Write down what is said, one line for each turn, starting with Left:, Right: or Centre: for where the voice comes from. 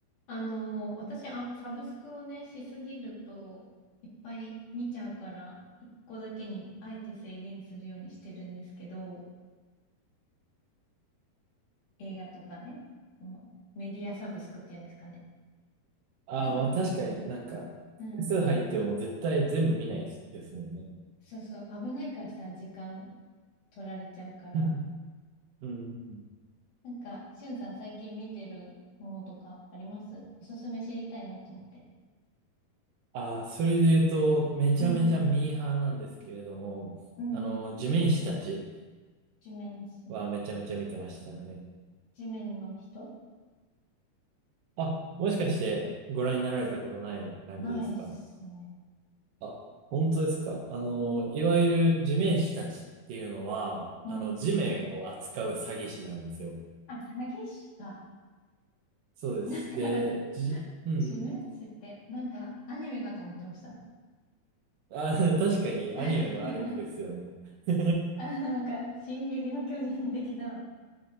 Left: あの、私、あ、サブスクをね、しすぎると、いっぱい見ちゃうから、一個だけにあえて制限するようにしてるんですけど、映画とかね、そのメディアサブスクっていうんですかね。
Right: ああ、
Left: しゅんさん。
Right: まあ確かになんか、
Left: うん。
Right: 複数入っても絶対全部見ないですもんね。
Left: そうそう、危ないからさ、時間取られちゃうから。
Right: <laughs> うんうんうん。
Left: なんか、しゅんさん最近見てるものとかありますおすすめ知りたいなと思って。
Right: ああ、それで言うと、めちゃめちゃミーハーなんですけれども、
Left: うん。うん。
Right: あの、地面師たち
Left: 地面師。
Right: はめちゃめちゃ見てましたよね。
Left: 地面の人
Right: あ、もしかしてご覧になられたことない感じですか
Left: ないっすね。
Right: あ、本当ですかあの、いわゆる地面師たちっていうのは、
Left: うん。
Right: あの、地面を扱う詐欺師なんですよ。
Left: あ、詐欺師か。
Right: そうです。
Left: なんか、
Right: で、じ、うんうん
Left: 地面師って、なんか、アニメかと思ってました。
Right: あ、<laughs> 確かにアニメのあれっぽいですよね。
Left: <laughs>
Right: <laughs>
Left: あ、なんか、進撃の巨人的な、